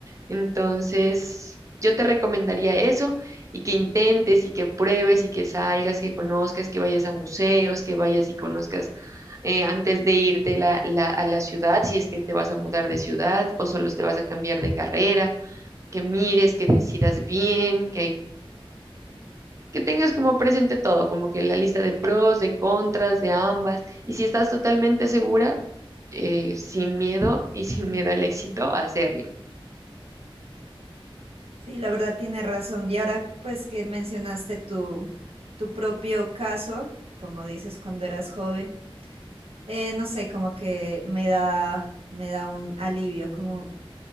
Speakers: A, on the right; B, on the right.
A: Entonces, yo te recomendaría eso y que intentes y que pruebes y que salgas, que conozcas, que vayas a museos, que vayas y conozcas eh, antes de irte la- la- a la ciudad, si es que te vas a mudar de ciudad o solo te vas a cambiar de carrera, que mires, que decidas bien, que tengas como presente todo, como que la lista de pros, de contras, de ambas, y si estás totalmente segura, eh, sin miedo y <laughs> sin miedo al éxito, hacerlo.
B: Sí, la verdad tiene razón. Y ahora pues que mencionaste tu, tu propio caso, como dices, cuando eras joven, eh, no sé, como que me da, me da un alivio, como,